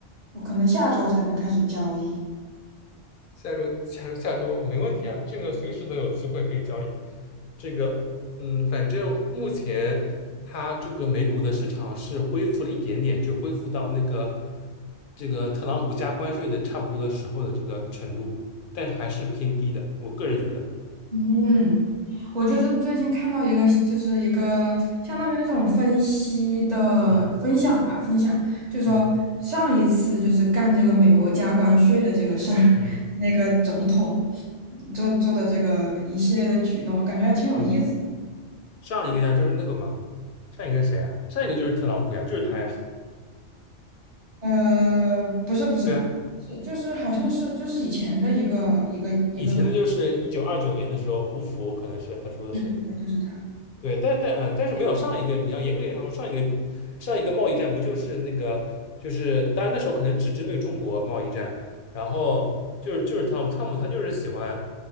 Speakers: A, on the right (about 35°); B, on the left (about 50°).
A: 我可能下周才能开始交易。
B: 下周下周下周没问题啊，这个随时都有机会可以交易。这个嗯，反正目前它这个美股的市场是恢复了一点点，就恢复到那个这个特朗普加关税的差不多的时候的这个程度，但是还是偏低的，我个人觉得。
A: 嗯。我就是最近看到一个，就是一个相当于那种分析的分享吧，
B: 嗯
A: 分享就是说上一次就是干这个美国加关税的这个事儿，
B: 嗯嗯
A: 那个总统做做的这个一系列的举动，我感觉还挺有意思的
B: 嗯，上一个呀就是那个嘛，上一个是谁啊？上一个就是特朗普呀，就是他呀。
A: 呃，不是不是，
B: 对啊，
A: 是就是好像是就是以前的一个一个一个总，
B: 以前的就是一九二九年的时候，胡佛可能是他说的是。
A: 对对对，就是他。
B: 对，但但嗯、呃但是没有上一个，你要严格意义上说，上一个上一个贸易战不就是那个，就是当然那时候可能只针对中国贸易战，然后就是就是汤姆汤姆他就是喜欢